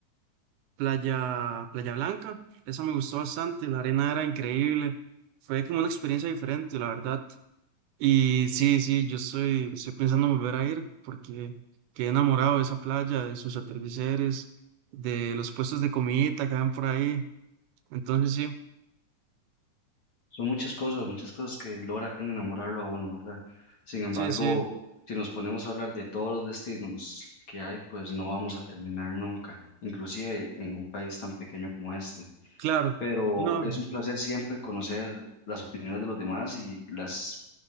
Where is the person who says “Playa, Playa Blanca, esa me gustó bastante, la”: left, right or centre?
Right